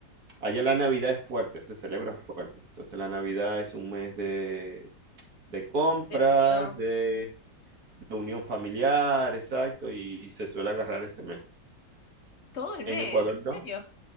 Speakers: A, on the right; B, on the left.
A: allá la Navidad es fuerte, se celebra fuerte. Entonces la Navidad es un mes de, de compras,
B: De unión.
A: de, de unión familiar, exacto, y se suele agarrar ese mes.
B: Todo el mes,
A: En Ecuador
B: ¿en serio?
A: no.